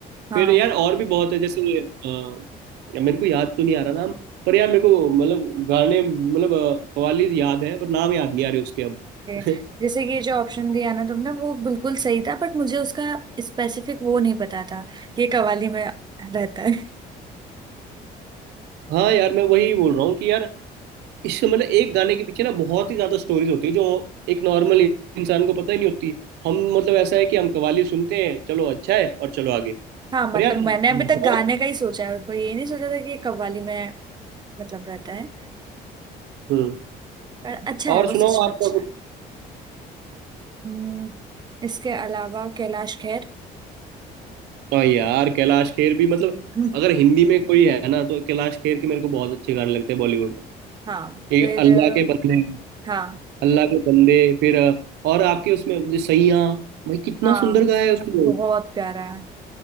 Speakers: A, on the right (about 25°); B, on the right (about 80°).
A: हाँ
B: फिर यार और भी बहुत है जैसे अ, मेरे को याद तो नहीं आ रहा नाम पर यार मेरे को मतलब गाने मतलब अ, कव्वाली याद है पर नाम याद नहीं आ रहे उसके अब
A: ओके
B: <laughs>
A: जैसे कि ये जो ऑप्शन दिया ना तुमने वो बिल्कुल सही था बट मुझे उसका स्पेसिफिक वो नहीं पता था ये कव्वाली में रहता है
B: हाँ यार मैं वही बोल रहा हूँ कि यार इस मतलब एक गाने के पीछे ना बहुत ही ज्यादा स्टोरीज होती है जो एक नॉर्मल इंसान को पता ही नहीं होती हम मतलब ऐसा है कि हम कव्वाली सुनते हैं चलो अच्छा है और चलो आगे
A: हाँ मतलब
B: पर यार
A: मैंने अभी
B: बहुत
A: तक गाने का ही सोचा है उसको ये नहीं सोचा था कि ये कव्वाली में मतलब रहता है
B: हम्म
A: पर अच्छा
B: और
A: है वो
B: सुनाओ
A: सच में
B: आपका
A: अच्छा है हम्म, इसके अलावा कैलाश खेर
B: हाँ यार कैलाश खेर भी मतलब
A: <laughs> हम्म,
B: अगर हिंदी में कोई है ना तो कैलाश खेर के मेरे को बहुत अच्छे गाने लगते हैं बॉलीवुड में
A: हाँ
B: ये
A: फिर
B: अल्लाह
A: अ,
B: के बंदे
A: हाँ
B: अल्लाह के बंदे फिर अ, और आपके उसमें जो सैयां भाई कितना
A: हाँ
B: सुंदर गाया है उसने
A: बहुत प्यारा है